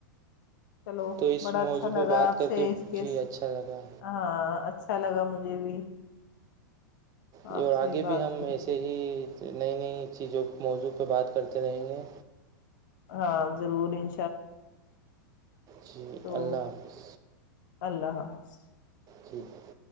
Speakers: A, on the left; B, on the right.
A: چلو
B: تو اس
A: بڑا
B: موضوع
A: اچھا
B: پہ
A: لگا
B: بات
A: آپ
B: کر
A: سے
B: کے
A: اسس
B: جی اچھا لگا
A: ہاں اچھا لگا مجھے بھی <inaudible>
B: ج
A: آپ
B: اور
A: سے
B: آگے
A: بات
B: بھی ہم
A: کر کے
B: ایسے ہی نئی نئی چیزوں موضوع پہ بات کرتے رہیں گے
A: ہاں ضرور انء
B: جی
A: تو
B: اللہ حافظ
A: اللہ حاظ
B: ٹھیک ہے